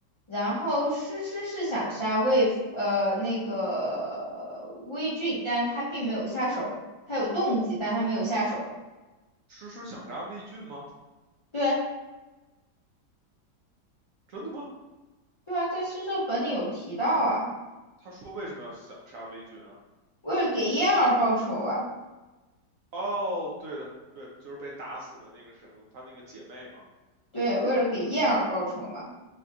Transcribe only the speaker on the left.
然后诗诗是想杀魏夫，呃，那个魏俊，但是他并没有下手，他有动机，但他没有下手。
对，
对啊，在诗社本里有提到啊，
为了给燕儿报仇啊，
对，为了给燕儿报仇嘛，